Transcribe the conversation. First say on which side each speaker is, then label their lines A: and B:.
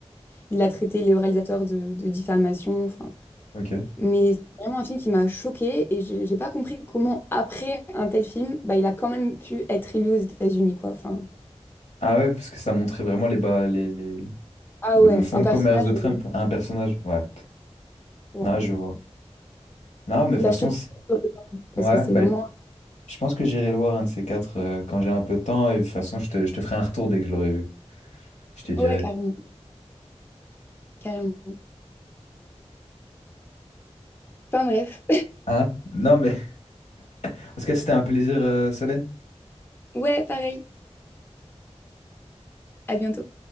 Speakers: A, on the left; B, on the left.
A: Il a traité les réalisateurs de, de diffamation. Enfin.
B: Ok.
A: Mais c'est vraiment un film qui m'a choquée et j'ai j'ai pas compris comment, après un tel film, bah, il a quand même pu être élu aux États-Unis, quoi. Enfin.
B: Ah ouais, parce que ça montrait vraiment les bas, les, les-
A: Ah
B: le,
A: ouais,
B: le fond
A: un
B: de
A: personnage,
B: commerce de Trump
A: mais.
B: à un personnage. Ouais.
A: Ouais.
B: Non, je vois. Non, mais de
A: Bah,
B: toute façon,
A: je te conseille.
B: c'est-
A: Parce
B: ouais,
A: que c'est
B: bah,
A: vraiment.
B: je pense que j'irai le voir un de ces quatre euh, quand j'ai un peu de temps. Et de toute façon, je te, je te ferai un retour dès que je l'aurai vu. Je te dirai.
A: Ouais, carrément. Carrément. Enfin, bref.
B: Hein? Non, mais <laughs> en tout cas, c'était un plaisir, euh, Solène.
A: <laughs> Ouais, pareil. À bientôt.